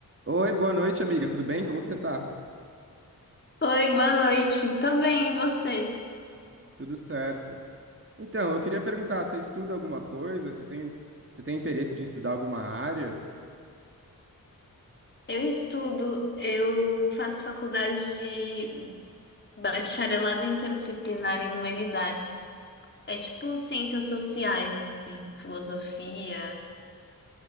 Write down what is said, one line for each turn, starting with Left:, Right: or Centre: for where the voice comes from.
Right: Oi, boa noite, amiga. Tudo bem? Como que você tá?
Left: Oi, boa noite. Tô bem, e você?
Right: Tudo certo. Então, eu queria perguntar, você estuda alguma coisa? Você tem, você tem interesse de estudar alguma área?
Left: Eu estudo, eu faço faculdade de bacharelado interdisciplinar em humanidades. É tipo ciências sociais, assim, filosofia,